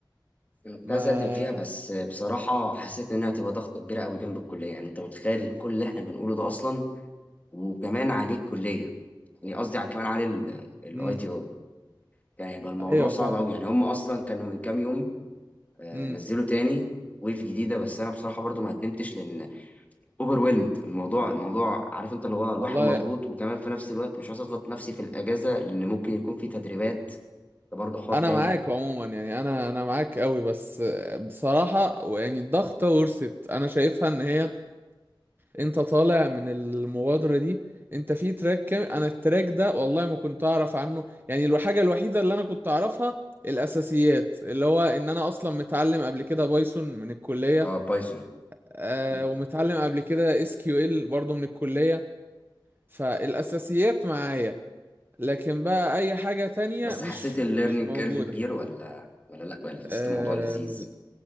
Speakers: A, on the left (about 20°); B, on the right (about 25°).
A: انا كنت
B: ما
A: عايز اقدم فيها بس بصراحه حسيت انها هتبقى ضغطه كبيره قوي جنب الكليه يعني انت متخيل كل اللي احنا بنقوله ده اصلا وكمان عليه الكليه يعني قصدي على- كمان عليه الاي
B: مم.
A: تي اي يعني هيبقى الموضوع
B: أيوه
A: صعب
B: فاهمك
A: قوي يعني هم اصلا كانوا من كام يوم آه،
B: مم.
A: نزلوا تاني ويف جديده بس انا بصراحه برضو ما قدمتش لان اوفرويلمد الموضوع آه. الموضوع عارف انت اللي هو الواحد
B: والله
A: مضغوط وكمان في نفس الوقت مش عايز اضغط نفسي في الاجازه لان ممكن يكون في تدريبات ده برضه حوار
B: انا
A: تاني
B: معاك عموما يعني انا انا معاك قوي بس بصراحة يعني الضغطة ورثت انا شايفها ان هي انت طالع من المبادرة دي انت في تراك كام انا التراك ده والله ما كنت اعرف عنه يعني الحاجة الوحيدة اللي انا كنت اعرفها الاساسيات اللي هو ان انا اصلا متعلم قبل كده بايثون من الكلية
A: اه بايثون
B: آه
A: مم.
B: ومتعلم قبل كده اس كيو ال برضه من الكلية فالاساسيات معايا لكن بقى اي حاجة تانية
A: بس
B: مش
A: حسيت الليرنينج
B: مش موجودة
A: كيرف كبير ولا ولا لا ولا حسيت
B: آه،
A: الموضوع لذيذ